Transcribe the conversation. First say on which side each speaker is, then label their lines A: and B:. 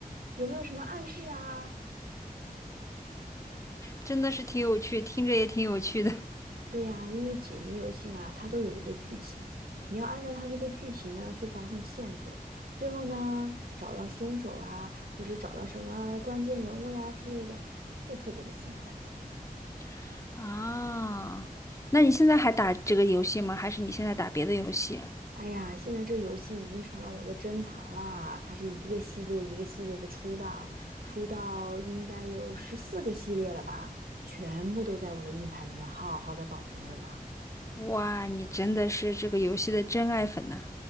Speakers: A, on the right; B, on the left.
A: 有没有什么暗示啊？”
B: 真的是挺有趣，听着也挺有趣的。
A: 对呀，因为解谜游戏嘛，它都有一个剧情，你要按照它那个剧情呢去发现线索，最后呢找到凶手啊，或者找到什么关键人物呀之类的，就特别的兴奋。
B: <laughs> 啊，那你现在还打这个游戏吗？还是你现在打别的游戏？
A: 哎呀，现在这游戏已经成了我的珍藏啦！它是一个系列一个系列的出到，出到应该有十四个系列了吧，全部都在我的硬盘里面好好的保存着呢。
B: 哇，你真的是这个游戏的真爱粉呐！